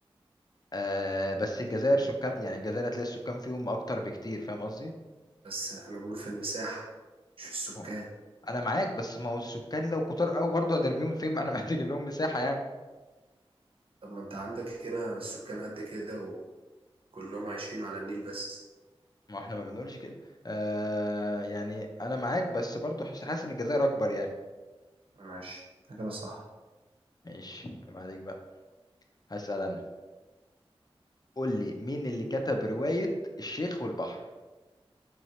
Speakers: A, on the left; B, on the right.
A: آه بس الجزائر سكان يعني الجزائر هتلاقي السكان فيهم اكتر بكتير فاهم قصدي
B: بس أنا بقول في المساحة مش في السكان
A: هو انا معاك بس ما هو السكان لو كتار قوي برضه هنرميهم فين <laughs> ما احنا محتاجين لهم مساحه يعني
B: طب ما انت عندك هنا السكان قد كده وكلهم عايشين على النيل بس
A: ما احنا ما بنقولش كده آه يعني انا معاك بس برضه حاسس حاسس ان الجزائر اكبر يعني
B: ماشي إجابة صح
A: ماشي ما عليك بقى هسأل انا قول لي مين اللي كتب روايه الشيخ والبحر